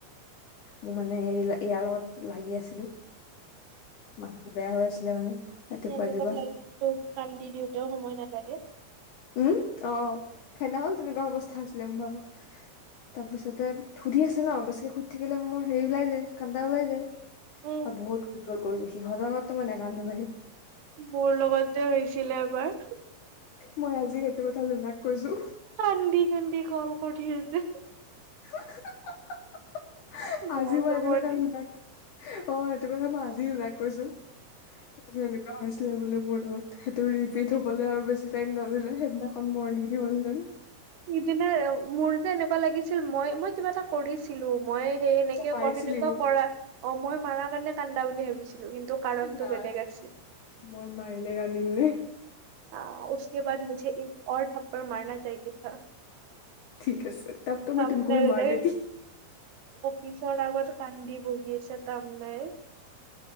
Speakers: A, on the left; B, on the right.
A: মোৰ মানে ইয়াৰ লগত লাগি আছিলো মানুহ বেয়া হৈ আছিলে মানে। ৰাতিপুৱা
B: তেওঁ লগত
A: ৰাতিপুৱা
B: লাগিটো কান্দি দিওঁতেও সময় নালাগে।
A: উম অ সেইদিনাখন তেনেকুৱা অৱস্থা আছিলে ম ব তাৰপিছতে সুধি আছে ন বেছিকে সুধি থাকিলে মোৰ হেৰি ওলাই যায় কান্দা ওলাই যায়।
B: উম
A: বহুত কণ্ট্ৰল কৰিছো সিহঁতৰ আগত টো মই নাকান্দো ভাই।
B: মোৰ লগত যে হৈছিলে এবাৰ।
A: মই আজি সেইটো কথা লোনাক কৈছোঁ।
B: কানন্দি কানন্দি কল কৰি আছে।
A: <unintelligible> আজি
B: বেয়া
A: মই
B: যাব
A: ৰাতিপুৱা
B: দি
A: তাক লোনাক অ সেইটো কথা মই আজি লোনাঅ কৈছোঁ। কৈছোঁ এনেকুৱা হৈছ- টোৱে বোলো মোৰ লগত সেইটো ৰিপিট হ'বলে আৰু বেছি টাইম নদৈলে সেইদিনাখন মৰ্ণিং নিলহ দান
B: দিনে মোৰ যে এনেকুৱা লাগিছিল মই মই কিবা এটা কৰিছিলো মই সেই এনেকে
A: তই মাৰিছিলি
B: ক সেনেকুৱা
A: মোক
B: কৰা অ মই মাৰাৰ কাৰণে কান্দা বুলি ভাবিছিলো কিন্তু কাৰণটো
A: নাই
B: বেলেগ আছিল।
A: মই মাৰিলে কান্দিম নে?
B: তাও ওচকে বাদ মোঝে এ ঔৰ থাপ্পৰ মাৰনা চাহিয়ে থা।
A: ঠিক আছে তব তো
B: <unintelligible>
A: মই তুমক ভি মাৰ দেতি
B: মিচৰ আগত কান্দি বহি আছে কাম নাই।